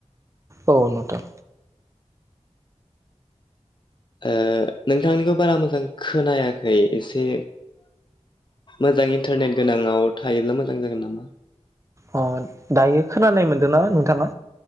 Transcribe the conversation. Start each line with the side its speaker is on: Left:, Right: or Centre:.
Right: औ नोंथां
Left: ओ नोंथांनिखौ बारा मोजां खोनायाखै एसे मोजां इन्टारनेट गोनाङाव थायोब्ला मोजां जागोन नामा
Right: अ दायो खोनानाय मोनदोंना नोंथाङा